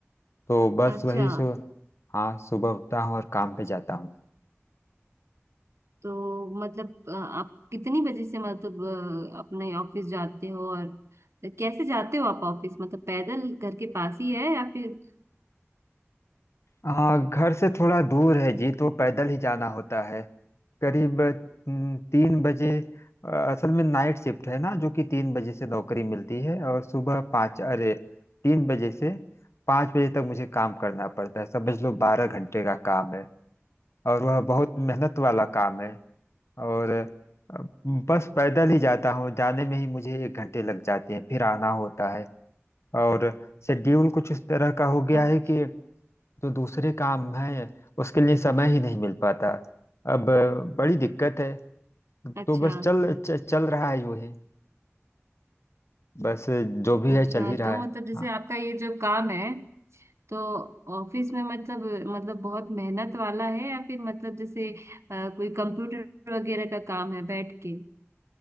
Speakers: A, on the left; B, on the right.
A: तो बस
B: अच्छा
A: वही सो हाँ सुबह उठता हूँ और काम पे जाता हूँ
B: तो मतलब अ, आप कितनी बजे से मतलब अ, अपने ऑफिस जाते हो और कैसे जाते हो आप ऑफिस मतलब पैदल घर के पास ही है या फिर
A: हाँ घर से थोड़ा दूर है जी तो पैदल ही जाना होता है करीब हम्म, तीन बजे अ, असल में नाइट शिफ्ट है ना जो कि तीन बजे से नौकरी मिलती है और सुबह पाँच अरे तीन बजे से पाँच बजे तक मुझे काम करना पड़ता है समझ लो बारह घंटे का काम है और वह बहुत मेहनत वाला काम है और अ, बस पैदल ही जाता हूँ जाने में ही मुझे एक घंटे लग जाते हैं फिर आना होता है और शेड्यूल कुछ इस तरह का हो गया
B: अच्छा
A: है कि जो दूसरे काम है उसके लिए समय ही नहीं मिल पाता अब अ, बड़ी दिक्कत है
B: अच्छा
A: तो बस चल च, चल रहा है यूं ही बस जो भी
B: अच्छा,
A: है चल ही
B: तो
A: रहा है
B: मतलब जैसे
A: हाँ।
B: आपका ये जो काम है तो ऑफिस में मतलब मतलब बहुत मेहनत वाला है या फिर मतलब जैसे अ, कोई कंप्यूटर वगैरह का काम है बैठ के